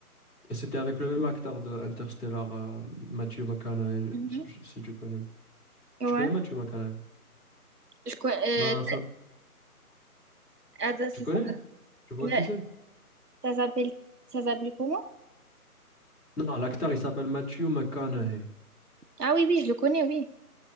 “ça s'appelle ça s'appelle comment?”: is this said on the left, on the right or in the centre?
Right